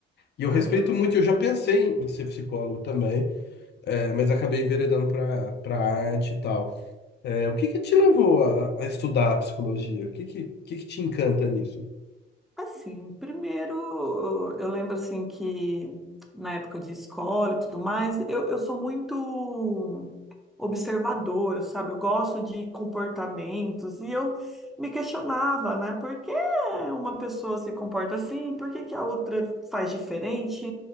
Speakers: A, on the left; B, in the centre.
A: E eu
B: Aham.
A: respeito muito, eu já pensei em ser psicólogo também, é, mas acabei enveredando para para arte e tal. É, o que que te levou a, a estudar a psicologia? O que que, o que que te encanta nisso?
B: Assim, primeiro, eu lembro assim que na época de escola e tudo mais, eu, eu sou muito observadora, sabe? Eu gosto de comportamentos e eu me questionava, né? Por que uma pessoa se comporta assim? Por que que a outra faz diferente?